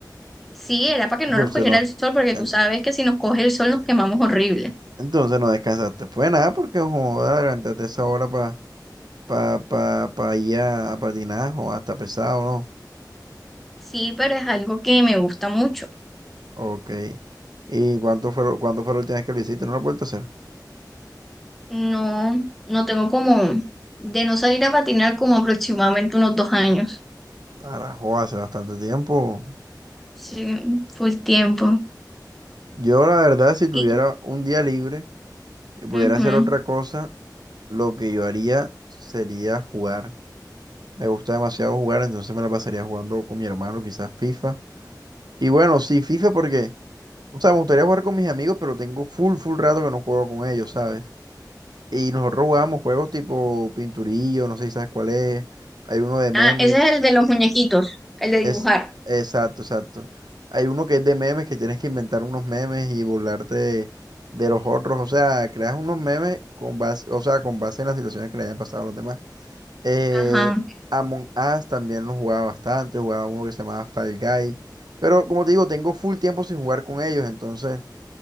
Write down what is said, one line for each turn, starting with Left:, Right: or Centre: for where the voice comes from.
Centre: Sí, era para que
Right: Entonces
Centre: no nos cogiera
Right: no,
Centre: el sol, porque
Right: en-
Centre: tú sabes que si nos coge el sol nos quemamos horrible.
Right: entonces no descansaste. Fue nada porque, joda, levantaste esa hora para pa, pa, pa pa ir a, a patinar, o hasta pesado, ¿no?
Centre: Sí, pero es algo que me gusta mucho.
Right: Ok. ¿Y cuánto fue, cuándo fue la última vez que lo hiciste? ¿No lo has vuelto a hacer?
Centre: No, no tengo como de no salir a patinar como aproximadamente unos dos años.
Right: Carajo, hace bastante tiempo.
Centre: Sí, full tiempo.
Right: Yo, la verdad, si tuviera
Centre: Y,
Right: un día libre y pudiera
Centre: ujú.
Right: hacer otra cosa, lo que yo haría sería jugar. Me gusta demasiado jugar, entonces me la pasaría jugando con mi hermano, quizás FIFA. Y bueno, sí, FIFA porque, o sea, me gustaría jugar con mis amigos, pero tengo full, full rato que no juego con ellos, ¿sabes? Y nosotros jugábamos juegos tipo Pinturillo, no sé si sabes cuál es. Hay uno de memes
Centre: Ah, ese es el de los muñequitos, el de
Right: Es,
Centre: dibujar.
Right: exacto, exacto. Hay uno que es de memes, que tienes que inventar unos memes y burlarte de, de los otros. O sea, creas unos memes con base, o sea, con base en las situaciones que le hayan pasado a los demás. Eh,
Centre: Ajá.
Right: Among Us también lo jugaba bastante, jugaba uno que se llamaba Fall Guys. Pero como te digo, tengo full tiempo sin jugar con ellos, entonces